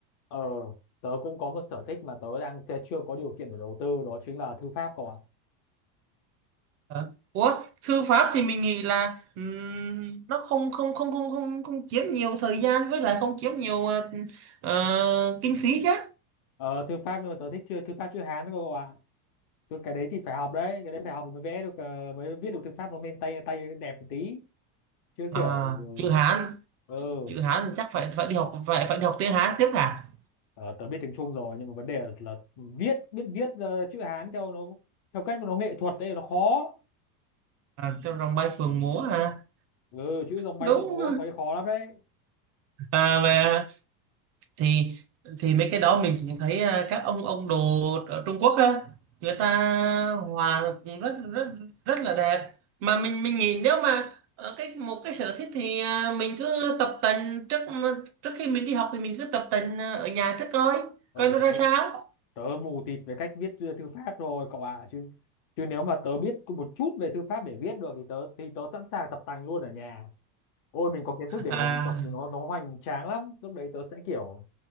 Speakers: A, on the left; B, on the right.
A: Ờ, tớ cũng có một sở thích mà tớ đang tớ chưa có điều kiện để đầu tư đó chính là thư pháp cậu ạ.
B: Ờ. Ủa thư pháp thì mình nghĩ là ừm, nó không không không không không không chiếm nhiều thời gian với lại không chiếm nhiều ờ, ờ, kinh phí chứ
A: Ờ, thư pháp nhưng mà tớ thích chưa thư pháp chữ Hán đó cậu ạ. Chứ cái đấy thì phải học đấy, cái đấy phải học mới vẽ được ờ, mới viết được thư pháp nó nên tay tay đẹp một tí. Chứ
B: à,
A: kiểu ừ,
B: chữ Hán
A: ừ.
B: chữ Hán thì chắc phải phải đi học phải phải đi học tiếng Hán trước hả
A: ờ, tớ biết tiếng Trung rồi nhưng mà vấn đề là, là viết biết viết ờ, chữ Hán theo nó theo cách mà nó nghệ thuật đấy nó khó.
B: à, trong rồng bay phượng múa hả
A: Ừ, chữ rồng bay
B: đúng
A: phượng múa khó khó lắm đấy.
B: à, về thì thì mấy cái đó mình cũng thấy à, các ông ông đồ ở Trung Quốc á người ta hòa cũng rất rất rất là đẹp mà mình mình nghĩ nếu mà ở cái một cái sở thích thì à, mình cứ tập tành trước trước khi mình đi học thì mình cứ tập tành à, ở nhà trước coi
A: Ờ
B: coi nó
A: tớ
B: ra sao
A: tớ mù tịt về cách viết thư thư pháp rồi cậu ạ chứ chứ nếu mà tớ biết có một chút về thư pháp để viết được thì tớ thì tớ sẵn sàng tập tành luôn ở nhà ôi mình có kiến thức để
B: à
A: mình tập thì nó nó hoành tráng lắm lúc đấy tớ sẽ kiểu